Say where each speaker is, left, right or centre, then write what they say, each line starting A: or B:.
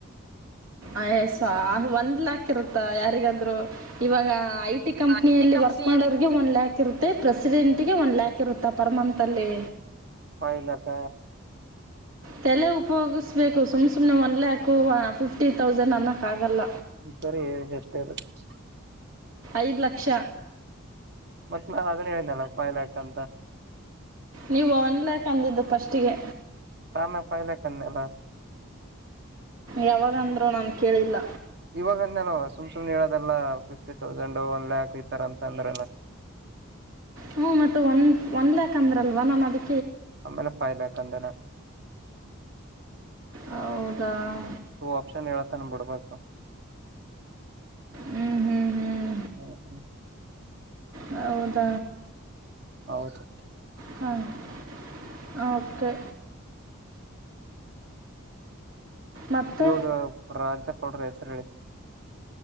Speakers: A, on the right; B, on the right.
A: ಆಯಸ ಆ ಒಂದ್ ಲಾಕ್ ಇರುತ್ತ ಯಾರಿಗಾದ್ರು ಇವಾಗ ಐ ಟಿ ಕಂಪ್ನಿಯಲ್ಲಿ
B: ಐ ಟಿ ಕಂಪ್ನಿಯಲ್ಲಿ
A: ವರ್ಕ್ ಮಾಡೋಗೆ ಒನ್ ಲ್ಯಾಕ್ ಇರುತ್ತೆ ಪ್ರೆಸ್ ಎರಿಂಟಿಗೆ ಒಂದು ಲ್ಯಾಕ್ ಇರುತ್ತಾ ಪರ್ ಮಂತಲ್ಲಿ
B: ಫೈವ್ ಲ್ಯಾಕ್
A: ತಲೆ ಉಪಯೋಗಿಸ್ಬೇಕು ಸುಮ್ ಸುಮ್ನೆ ಒನ್ ಲ್ಯಾಕು ಫಿಫ್ಟಿ ತೌಸಂಡ್ ಅನ್ನೋಕ್ ಆಗಲ್ಲ
B: ಸರಿ ಎಷ್ಟೇ ಇರುತ್ತ
A: ಐದು ಲಕ್ಷ
B: ಮತ್ತ ನಾನ್ ಅದನ್ನ ಹೇಳಿದ್ನಲ ಫೈವ ಲ್ಯಾಕ್ಸ ಅಂತ
A: ನೀವು ಒನ್ ಲ್ಯಾಕ್ ಅಂದಿದ್ದು ಫಸ್ಟ್ಗೆ
B: ತಾನ ಪಾಯಲ್ಲ ಕನ್ನಲ್ಲ
A: ಯಾವಾಗಂದ್ರರು ನಾನನ್ ಕೇಳಿಲ್ಲ
B: ಇವಾಗ ಅಂದಲ್ವ ಸುಮ್ ಸುಮ್ ಹೇಳೋದೆಲ್ಲಾ ಫಿಫ್ಟಿ ತೌಸಂಡ್ ಒನ್ ಲ್ಯಾಕ್ ಈತರ ಅಂತ ಅಂದ್ರಲ್ಲ <inaudible>
A: ಹ್ಮ್ ಮತ್ತೆ ಒಂದ ಒನ್ ಲ್ಯಾಕ್ ಅಂದ್ರಲ್ವಾ ನಾನನ್ ಅದಿ
B: ಅಮ್ಮನ ಪಾಯಲ ಕಂದನ
A: ಹೌದಾ
B: ಆಪ್ಷನ್ ಹೇಳತ ನಮ ಬಿಡ್ಬೇಕು
A: ಹ್ಮ್ ಹ್ಮ್ ಹ್ಮ್
B: ಹ್ಮ ಹ್ಮ್
A: ಹೌದ
B: ಹೌದು
A: ಹಾ ಹ್ಹಾ ಓಕೆ. ಮತ್ತು
B: ಇವಾಗ ರಾಜ್ಯಪಾಲ್ರ ಹೆಸರು ಹೇಳಿ.